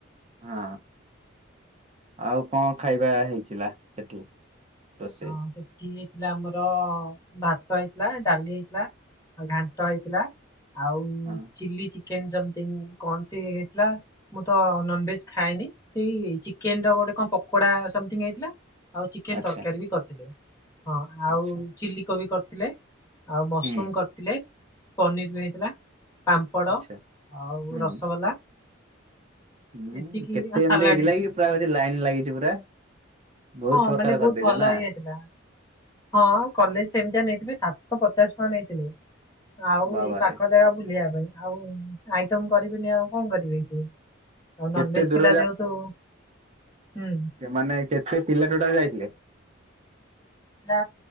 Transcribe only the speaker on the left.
ହଁ ସେଠି ଥିଲା ଆମର ଭାତ ହେଇଥିଲା ଡାଲି ହେଇଥିଲା ଆଉ ଘାଣ୍ଟ ହେଇଥିଲା। ଆଉ
ଚଲି ଚି କେନ୍ ସମ୍ଥିଙ୍ଗ କଣ ସିଏ ହେଇଥିଲା ମୁଁ ତ ନନଭେଜ ଖାଏନି ସେଇ ଚିକେନର ଗୋ ଗୋଟେ କଣ ପକୋଡା ସମଥି ହେଇଥିଲା। ଆଉ ଚିକେନ
ତରକାରୀ ବି କରିଥିଲେ। ହଁ ଆଉ
ଚିଲ୍ଲି କୋବି କରିଥିଲେ। ଆଉ ମସରୁମ
କରିଥିଲେ। ପନିର ବି ହେଇଥିଲା ପାମ୍ପଡ
ଆଉ
ରସଗୋଲା।
ଏତିକି
ଆଉ
ସାଲାଡ
ହଁ
ମାନେ
ବହୁତ ଭଲ
ଇଏ ହେଇଥିଲା ହଁ କଲେଜ ସେମିତିଆ ନେଇଥିଲେ ସାତଶହ ପଚାଶ ଟଙ୍କା ନେଇଥିଲେ। ଆଉ
ଏଇ ପାଖ ଜାଗା ବୁଲିବା ପାଇଁ। ଆଉ ଆଇଟମ କରିବିନି ଆଉ କଣ କରିବେ। ଉଁ ଆଉ
ନନଭେଜ
ପିଲା ଯେହେତୁ ହୁଁ
ପିଲା